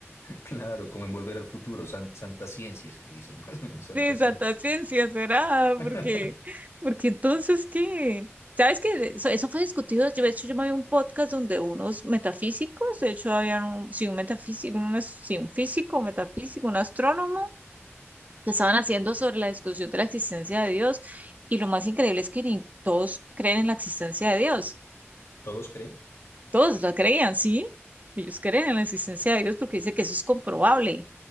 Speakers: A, on the left; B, on the right.
A: Claro, como en Volver al Futuro, san- santa ciencias que dicen, <laughs> ¿no? Santa
B: sí
A: ciencia.
B: Santa Ciencia, ¿será?
A: <laughs>
B: Porque, porque entonces, ¿qué? ¿Sabes que Eso, eso fue discutido. Yo, de hecho, yo me vi un podcast donde unos metafísicos, de hecho, había un, sí, un metafísico, un, es- sí, un físico, un metafísico, un astrónomo, que estaban haciendo sobre la discusión de la existencia de Dios. Y lo más increíble es que ni todos creen en la existencia de Dios.
A: ¿Todos creen?
B: Todos la creían, sí. Ellos creen en la existencia de Dios porque dice que eso es comprobable.